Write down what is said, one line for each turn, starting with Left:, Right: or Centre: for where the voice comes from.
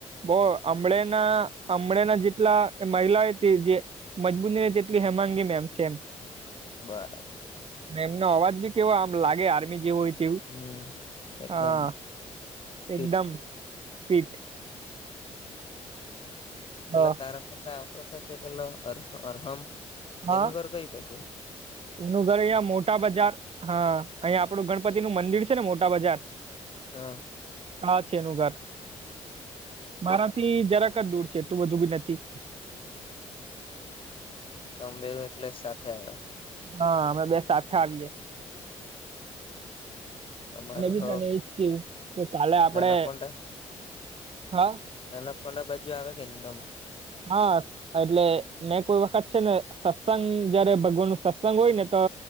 Right: બહું હમળે ના હમળે ના જેટલા મહિલા હતી જે મજબૂતી તેટલી હેમાંગી મેમ છે એમ.
Left: બરાબર.
Right: મેમ્ અવાજ બી કેવો આમ લાગે આર્મી જેવો હોય. તેવું
Left: હમ એકદમ.
Right: હા
Left: ફિટ
Right: એકદમ ફીટ.
Left: પેલા
Right: હ
Left: તારા સાથે આવતો છે તે પેલો અરહમ તેનું
Right: હા
Left: ઘર કઈ બાજું?
Right: એનું ઘર અહિયાયા મોટા બજાર હા અહીંયા આપડું ગણપતિ નું મંદિર છે ને મોટા બજાર
Left: હા.
Right: હા છે એનું ઘર મારાથી જરાક દૂર છે એટલું બધું બી નથી.
Left: <unintelligible> એટલે સાથે આવે.
Right: હા અમે બે સાથે આવીએ.
Left: અમારું
Right: મેં બી
Left: હ
Right: તને એજ કેવું કે કાલે આપડે
Left: નાના પોંડા
Right: હા
Left: નાના પણડા બાજુ આવે કે ને તમે
Right: હા. એટલે મેં કોઈ વખત છે ને સત્સંગ જયારે ભગવાન નું સત્સંગ હોય ને તો